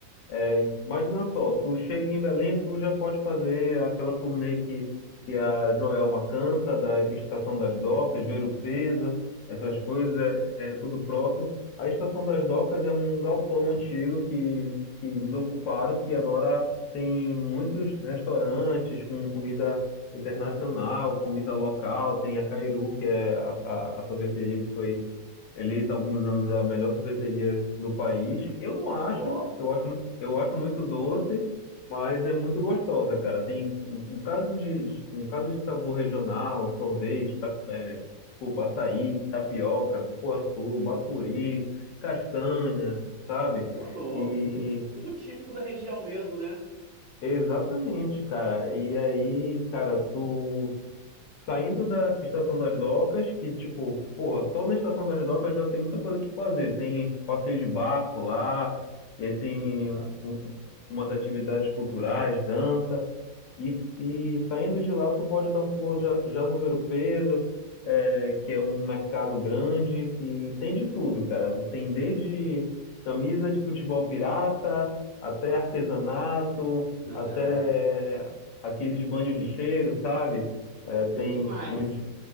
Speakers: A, on the left; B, on the right.
A: É, imagina só, tu chega em Belém, tu já pode fazer aquela turnê que, que a Joelma canta, da Estação das Docas, Verupeza essas coisas, é, é tudo próximo. A Estação das Docas é um galpão antigo que, que desocuparam, que agora tem muitos restaurantes com comida internacional, comida local, tem a Cairu, que é a, a, a sorveteria que foi eleita há alguns anos a melhor sorveteria do país. Eu não acho,
B: Ó,
A: eu acho, eu acho muito doce, mas é muito gostosa, cara. Tem um um bocado de, de- um bocado de sabor regional, sorvete, ta, é, desculpa, açaí, tapioca, cupuaçu, bacuri, castanha, sabe?
B: ô louco,
A: E
B: tudo, tudo típico da região mesmo, né?
A: exatamente, cara. E aí, cara, tu saindo da Estação das Docas, que, tipo, porra, só na Estação das Docas já tem muita coisa pra se fazer. Tem passeio de barco lá, e aí tem
B: Aham.
A: um- um, umas atividades culturais, dança. E, e saindo de lá, tu pode dar um pulo já, já no Ver o Peso, é, que é um mercado grande, que tem de tudo, cara. Tem desde camisa de futebol pirata, até artesanato,
B: <laughs>
A: até aqueles banhos de cheiro, sabe? É, tem
B: Sei demais.
A: uns,